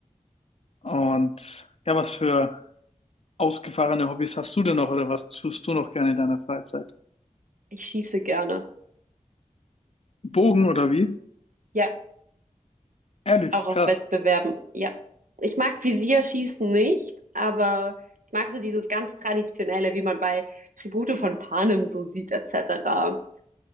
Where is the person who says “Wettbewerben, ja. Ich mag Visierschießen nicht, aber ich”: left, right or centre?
Right